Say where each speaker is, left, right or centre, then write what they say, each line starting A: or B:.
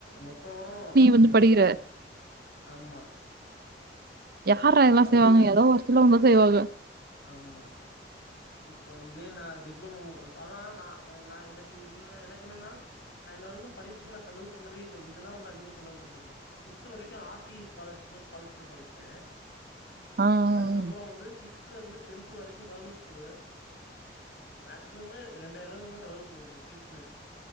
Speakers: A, on the left (about 70°); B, on the right (about 60°).
A: மொத்தம்
B: வந்து படிக்கிற
A: ஆமா
B: யாரா இதெல்லாம்
A: அவரு
B: செய்வாங்க ஏதோ ஒரு சிலவுங்க செய்வாங்க
A: ஆமா இப்ப இதே நான் டிப்ளமோ ஆனா நான் எனக்கு என்ன எனக்கு என்னன்னா நான் இன்ன வரைக்கும் படிப்புக்கு நான் செலவு பண்ணதே இல்லை இங்கதான் வந்து அதிகமா செலவு பண்றது பிப்த் வரைக்கும் ஆர் டி இ ஸ்காலர்ஷிப் ஸ்காலர்ஷிப்ல படிச்சுட்டேன்
B: ஆ, ஆ.
A: அதுக்கப்புறோம் வந்து சிக்ஸ்த் சிக்ஸ்த்துல இருந்து டென்த் வரைக்கும் கவர்மெண்ட் ஸ்கூல்லு மேக்சிம்மே ரெண்டாயிரம் தான் செலவு பண்ணிருப்பேன் ஃபீஸ்ன்னு